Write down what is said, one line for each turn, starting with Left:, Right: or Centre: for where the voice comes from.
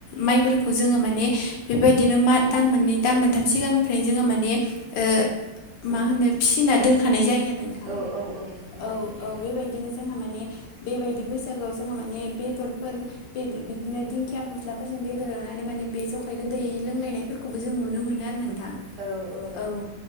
Left: माइफोरखौ जोङो माने बेबायदिनो मा दान मोननै दान मोनथाम सिगांनिफ्रायनो जोङो माने ओ
Right: थिन
Left: मा होनो फिसिना दोनखानाय जायो आरो नोंथां
Right: औ औ नंगौ
Left: औ औ
Right: उम
Left: बेबायदिनो जोंहा माने बेबायदि बैसागोआव जोंहा माने बेदरफोर बे बिदिनो दिंखिया फस्लाफोरजों बेदर एवनानै माने बे जखाय गोदै लोंलायनायफोर खौबो जों नुनो मोनो आरो नोंथां
Right: औ औ
Left: औ